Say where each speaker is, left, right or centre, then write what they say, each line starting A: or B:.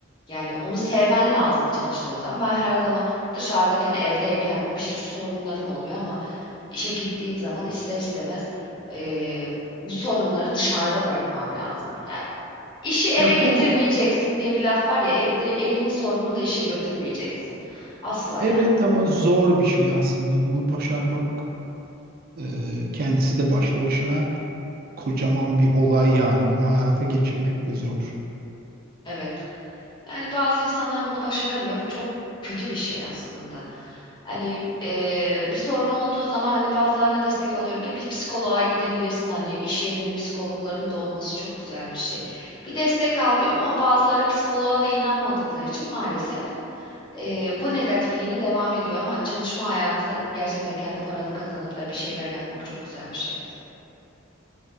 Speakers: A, on the left; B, on the right.
A: Yani onu sevmen lazım çalıştığın zaman. Ben her zaman dışarıdayken evdeyken bir sürü sorunlarım oluyor ama işe gittiğim zaman ister istemez eee, bu sorunları dışarıda bırakmam lazım. İşi eve
B: Ya
A: getirmeyeceksin
B: bu
A: diye bir laf var ya evde evin sorununu da işe götürmeyeceksin. Asla
B: evet
A: yani.
B: ama zor bir şey aslında. Bunu başarmak e, kendisi de başlı başına kocaman bir olay yani. Bunu hayata geçirmek de zor.
A: Evet. Yani bazı insanlar bunu başaramıyor. Bu çok kötü bir şey aslında. Hani eee, bir sorun olduğu zaman hani bazılarına destek oluyorum ki bir psikoloğa gidebilirsin. Hani iş yerinin psikologların da olması çok güzel bir şey. Bir destek al diyorum ama bazıları psikoloğa da inanmadıkları için maalesef Ee, bu negatifliğini devam ediyor ama çalışma hayatı gerçekten kendi paranı kazanıp da bir şeyler yapmak çok güzel bir şey.